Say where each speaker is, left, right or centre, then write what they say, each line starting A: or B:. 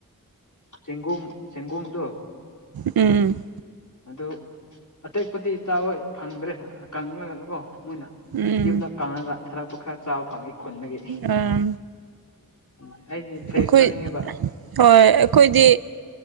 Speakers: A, on the left; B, on the right.
A: ꯆꯦꯡꯒꯨꯝ ꯆꯦꯡꯒꯨꯝꯗꯣ
B: ꯎꯝ
A: ꯑꯗꯨ ꯑꯇꯩꯄꯨꯗꯤ ꯆꯥꯕꯥ ꯐꯪꯗ꯭ꯔꯦ ꯀꯥꯡꯂꯒ ꯒꯣ ꯃꯣꯏꯅ
B: ꯎꯝ
A: ꯌꯨꯝꯗ ꯀꯥꯟꯉꯒ ꯊꯔꯛꯄ ꯈꯔ ꯆꯥꯕ ꯐꯪꯉꯦ ꯈꯨꯟꯗꯒꯤ
B: ꯑꯥ
A: ꯎꯝ ꯑꯩꯗꯤ ꯐ꯭ꯔꯦꯁꯁꯨ
B: ꯑꯩꯈꯣꯏ
A: ꯆꯥꯅꯤꯡꯉꯦꯕ
B: ꯍꯣꯏ ꯑꯩꯈꯣꯏꯗꯤ